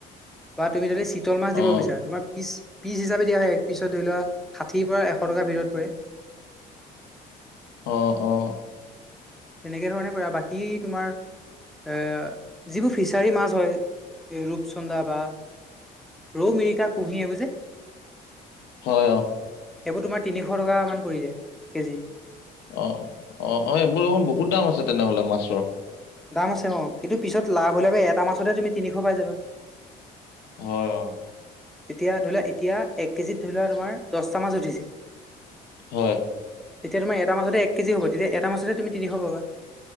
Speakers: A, in the centre; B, on the left.
A: বা তুমি যদি চিতল মাছ দিব
B: অ'
A: বিচাৰা তোমাৰ পিচ পিচ হিচাপে দিয়া হয় এক পিছত ধৰি লোৱা ষাঠিৰ পৰা এশ টকা ভিতৰত পৰে।
B: অ', অ',
A: তেনেকে ধৰণে পৰে আৰু বাকী তোমাৰ এ যিবোৰ ফিচাৰী মাছ হয় এই ৰূপচন্দা বা ৰৌ, মিৰিকা কুঁহি এইবোৰ যে
B: হয়, অ',
A: এইবোৰ তোমাৰ তিনিশ টকামান পৰি যায় কেজি।
B: অ', অ', এইবোৰ দেখোন বহুত দাম আছে তেনেহলে মাছৰ
A: দাম আছে অ, কিন্তু পিছত লাভ হ'লে এটা মাছতে তুমি তিনিশ পাই যাবা।
B: হয়। অ'
A: তেতিয়া ধৰি লোৱা এতিয়া এক কেজিত ধৰি লোৱা তোমাৰ দহটা মাছ উঠিছে
B: হয়।
A: তেতিয়া তোমাৰ এটা মাছতে এক কেজি হ'ব তেতিয়াটা তুমি এটা মাছতে তিনিশ পাবা।